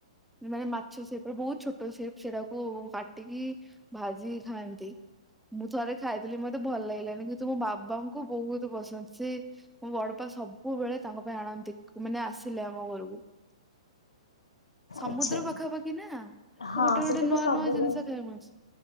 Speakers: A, in the centre; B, on the left (about 85°).
A: ମାନେ ମାଛ ସେପ ର ବହୁତ ଛୋଟ ସେପ ସେଟାକୁ କାଟିକି ଭାଜି ଖାଆନ୍ତି ମୁଁ ଥରେ ଖାଇଥିଲି ମତେ ଭଲ ଲାଗିଲାନି। ତୁମୋ ବାବାଙ୍କୁ ବହୁତ ପସନ୍ଦ। ସେ ମୋ ବଡପା ସବୁବେଳେ ତାଙ୍କ ପାଇଁ ଆଣନ୍ତି ମାନେ ଆସିଲେ ଆମ ଘରକୁ ସମୁଦ୍ର
B: ଆଚ୍ଛା।
A: ପାଖାପାଖି ନା ସେ
B: ହଁ
A: ଗୋଟେ
B: ସେଠି
A: ଗୋଟେ ନୂଆ
B: ତ ସବୁ
A: ନୂଆ ଜିନିଷ ଖାଇମଛି